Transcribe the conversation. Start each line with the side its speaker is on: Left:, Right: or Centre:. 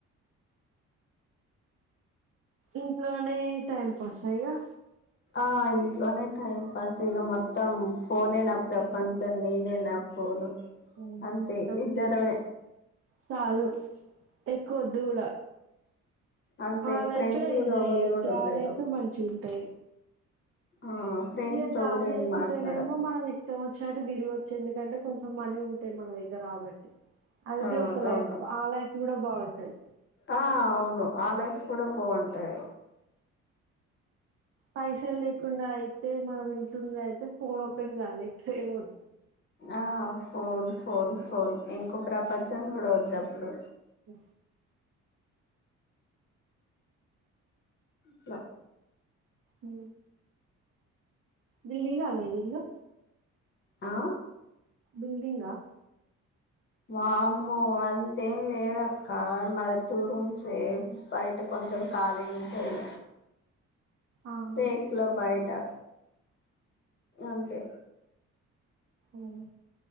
Right: ఇంట్లోనే టైం పాస్ అ్యగా
Left: ఆ ఇంట్లోనే టైం పాస్ ఇక మొత్తం ఫోనే నా ప్రపంచం నేనే నా ఫోను
Right: హ్మ్.
Left: అంతే
Right: అంతే
Left: ఇద్దారవే
Right: చాలు ఎక్కువ వద్దు కూడా
Left: అంతే
Right: ఆ లైఫే
Left: ఫ్రెండ్స్ కూడా
Right: ఎంజాయ్
Left: ఎవళ్ళు
Right: అయ్యొచ్చు
Left: కూడా ఉండరు
Right: ఆ లైఫే మంచి ఉంటాయి
Left: ఆ ఫ్రెండ్స్
Right: ఇ
Left: తో
Right: జాబ్
Left: కూడా
Right: చేసుకుంటేనేమో
Left: ఏం మాట్లాడ
Right: మనం ఇష్టం వచ్చినట్టు తిరిగి వచ్చే ఎందుకంటే కొంచెం ం మనీ ఉంటాయి మన దగ్గర రాబట్టి అది
Left: ఆ
Right: బ ఒక లైఫ్
Left: అవును
Right: ఆ లైఫ్ కూడా బాగుంటది
Left: ఆ అవును ఆ లైఫ్ కూడా బాగుంటుంది
Right: పైసలు లేకుండాయి
Left: అట్లా
Right: తె మన వింటయతే పోోన్ ఒక్కడ జాల ట్రే మ
Left: ఆ ఫోన్ ఫోన్ ఫోన్ ఇంకో ప్రపంచం కూడా వద్ద అప్పుడు
Right: అ
Left: ఇలా
Right: హ బిల్డింగ్ అ పోలో
Left: ఆ
Right: ఉల్దిీంగా
Left: వామ్మో అంతేం లేద అక్క మాది టూ రూమ్సయే బయట కొంచెం ఖాళీ ఉంటాది
Right: ఆహా
Left: దకులో బాయటా అంతే
Right: అఓ